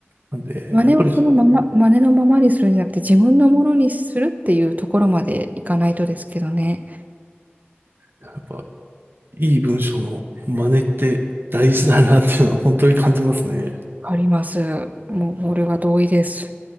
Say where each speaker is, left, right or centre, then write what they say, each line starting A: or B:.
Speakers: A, on the right (about 60°); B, on the right (about 40°).
A: なんで、
B: 真似をそのまま、
A: やっぱり、
B: 真似のままにするんじゃなくて、自分のものにするっていうところまでいかないとですけどね。
A: やっぱ、いい文章の真似って大事だなっていうのは本当に感じますね。
B: わかります。もう、俺は同意です。